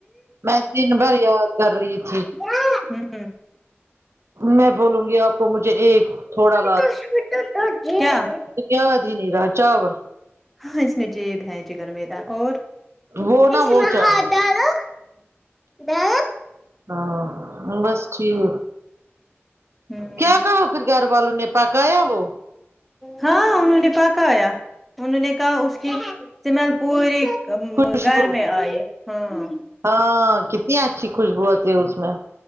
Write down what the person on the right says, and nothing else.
میں دن بھر یاد کر رہی تھی
میں بولوں گی آپ کو مجھے ایک تھوڑا
کیایاد ہی نہیں را چاول
وہ نا
وہ
چاول
ہاں بس ٹھیک
کیا کہا پھر گھر والوں نے پکایا وہ
خوشبو
ہاں کتنی اچھی خوشبوت آتی ہے اس میں